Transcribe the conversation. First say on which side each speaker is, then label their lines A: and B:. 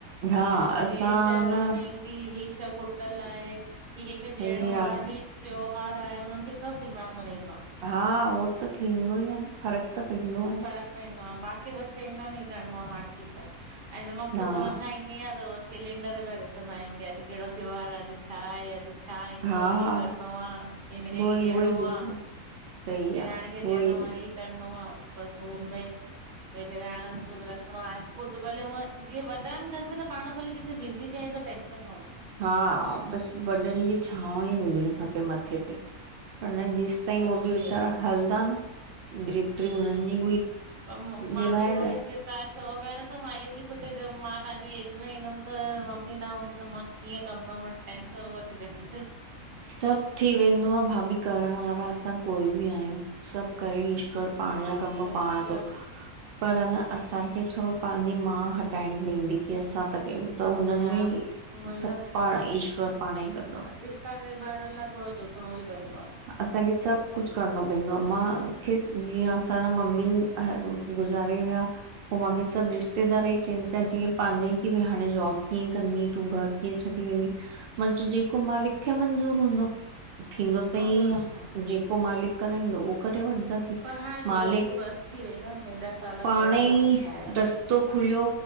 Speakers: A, on the right (about 80°); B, on the right (about 45°).
A: हा
B: ह
A: असां
B: शइ
A: न
B: घर में ई के हे शइ खुटल आहे ही कंहिंखे
A: सही
B: ॾियणो
A: आ
B: आहे त्योहार आहे, हुननि खे सभु दिमाग़ मे रहीईंदो आ।
A: हा उहो त थींदो ई आ न, फ़र्क़ु त पवंदो आ न।
B: फकॅ पईदो आ बाक़ी बसि चवंदा ही करिणो आ हा ठीकु आ, ऐं मां ख़ुदि
A: हा
B: मथां ईंदी आहियां त रोज कैलेंडर पिया ॾिसंदा आहियूं की अॼु कहिड़ो त्योहार आ अॼु छा आहे अॼ छा ईंदो
A: हा हा
B: ई करणो आ हिनखे
A: उहोई
B: ई ॾियणो
A: उहोई ॾिसणो
B: आ।
A: सही
B: निणान
A: आ
B: खे
A: उहोई
B: ॾियणो आहे ई करिणो आ, बस हुनमें भई निणान रखिणो आहे ख़ुदि भले हूअं जीअं वॾा आहिनि घर में त पाण भले किथे बिज़ी ॿे जो टेन्शन कोनहे।
A: हा बसि वॾनि जी छांव ई हुजणी खपे मथे ते हुनन जी ताईं
B: ज़रूरी
A: उह बि वेचारा
B: आ,
A: हलंदा न जेतिरी हुननि जी हुई
B: हु मां
A: निभाए
B: बि ऊहोई
A: विया
B: जी तवा चओ पिया न त मां इहो बि सोचियां जे मां तव्हांजी एज में ईंदमि त मम्मी न हूंदी त मा कीअं कंदमि टेंशन उअ थी वेद
A: सभु थी वेंदो आहे भाभी करण वारा असां कोई बि नाहियूं सभु करे ईश्वर पाण
B: हा
A: जा कम
B: कईश्वर
A: पाण थो पर न असांखे छा पंहिंजी मा हटाइणी पवंदी की असां त कयूं त हुनमें
B: न उहोई
A: सभु पाण ईश्वर पाण ई कंदो
B: रिश्तनि निभारण लाइ थोरो झुकणो ई पवंदो आ
A: असांखे सभु कुझु करणो पवंदो आ माखे जीअं असांजा मम्मी अ ऊ गुज़ारे विया पोइ मूंखे सभु रिश्तेदार ई चवनि पिया जीअं पंहिंजा ई की भई हाणे जॉब कीअं कंदी तूं घरु कीअं छॾी वेंदी मां चयो जेको मालिक खे मंज़ूर हूंदो थींदो त
B: हा
A: ईअं
B: ॿियो
A: ई आहे
B: छा,
A: जेको मालिक कराईंदो उहो करे वठंदसि
B: पर हाणे
A: मालिक
B: जॉब बि बस थी वई न हेॾा साल
A: पाण
B: कयव
A: ई
B: हाणे छा आहे।
A: रस्तो खुलियो